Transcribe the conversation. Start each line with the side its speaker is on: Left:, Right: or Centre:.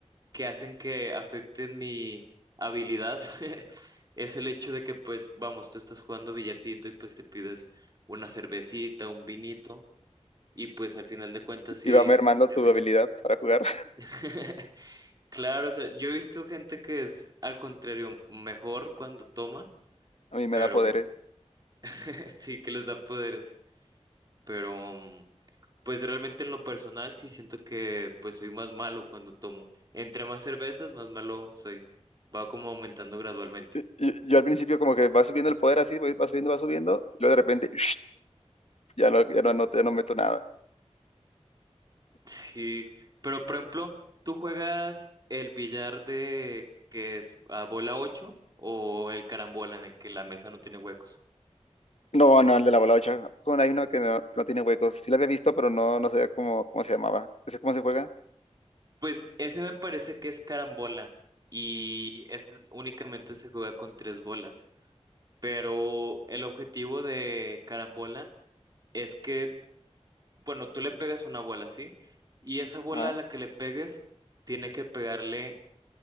Right: que hacen que afecten mi habilidad <laughs> es el hecho de que, pues, vamos, tú estás jugando billarcito y pues te pides una cervecita, un vinito y pues al final de cuentas sí
Left: Iba mermando
Right: terminas.
Left: tu habilidad para jugar.
Right: <laughs> Claro, o sea, yo he visto gente que es al contrario mejor cuando toma,
Left: <laughs> A mí
Right: pero
Left: me da poderes.
Right: <laughs> sí que les da poderes, pero mm, pues realmente en lo personal sí siento que pues soy más malo cuando tomo. Entre más cervezas, más malo soy. Va como aumentando gradualmente.
Left: Yo, yo al principio como que va subiendo el poder así, voy- va subiendo, va subiendo, y luego de repente <laughs> <sniffs> ya no, ya no, anoto, ya no meto nada.
Right: Sí, pero por ejemplo, ¿tú juegas el billar de que es a bola 8 o el carambola en el que la mesa no tiene huecos?
Left: No, no, el de la balocha. Con hay uno que no, no tiene huecos. Sí la había visto, pero no, no sabía cómo, cómo se llamaba. ¿Ese cómo se juega?
Right: Pues ese me parece que es carambola y ese es- únicamente se juega con tres bolas. Pero el objetivo de carambola es que, bueno, tú le pegas una bola, ¿sí? Y esa bola
Left: Ajá.
Right: a la que le pegues tiene que pegarle